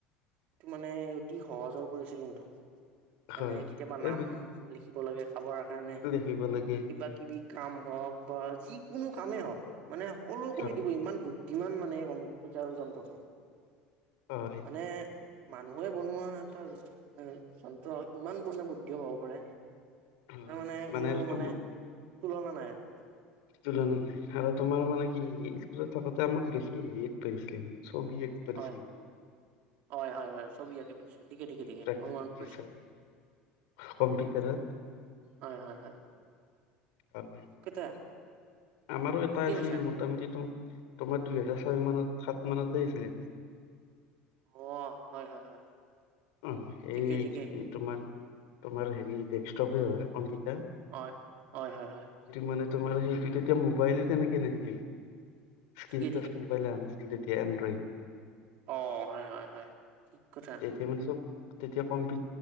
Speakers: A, on the right (about 50°); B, on the left (about 75°).
A: মানে অতি সহজ হৈ পৰিছিল কিন্তু। মানে
B: হয়
A: কেতিয়াবা নাম
B: এই বি-
A: লিখিব লাগে। খাবৰ কাৰণে
B: লিখিব লাগে
A: কিবা
B: হয়
A: কিবি কাম হওঁক বা যিকোনো কামেই হওঁক মানে ক'লেই কৰি
B: হয়
A: দিব ইমান বু- যিমান মানে কাম তেতিয়া আৰু যন্ত্ৰটো
B: হয়
A: মানে মান মানুহে বনোৱা এটা যন্ত্ৰ ইমান মানে বুদ্ধি হব পাৰে।
B: হয়
A: মানে কোনো
B: আৰু
A: মানে
B: তোমাৰ
A: তুলনা নাই আৰু।
B: তুলনা নাই। আৰু তোমাৰ মানে কি স্কুলত থাকোতে আমাক বেছি হেৰিত পৰিছিল ছবি আকিব
A: হয়,
B: দিছিল।
A: হয়, হয়, হয় ছবি আঁকিব দিছিল ঠিকে, ঠিকে, ঠিকে অ'
B: প্ৰাকৃতিক
A: মনত পৰিছে
B: দৃশ্য কম্পিউটাৰত
A: হয় হয় হয়।
B: হয়।
A: ঠিক কথা।
B: আমাৰো এটা
A: ঠিকে
B: আছিল
A: কৈছা
B: মোটামুটিতো তোমাৰ দুই হেজাৰ ছয় মানত, সাত মানতে হৈছিল।
A: অ' হয় হয় হয়।
B: অ'
A: ঠিকে,
B: এই
A: ঠিকে
B: তোমাৰ তোমাৰ হেৰি ডেস্কটপে হয় কম্পি
A: হয়, হয়, হয়, হয়।
B: মানে তোমাৰ সেইটো তেতিয়া মোবাইলো তেনেকে নাছিল। স্কিনটাচ
A: ঠিকে,
B: মবাইলে অহা নাছিল তেতিয়া। এন্ড্ৰইদ
A: অ'হয় হয় হয় ঠিক কথা।
B: তেতিয়া মানে চব তেতিয়া কম্পিউ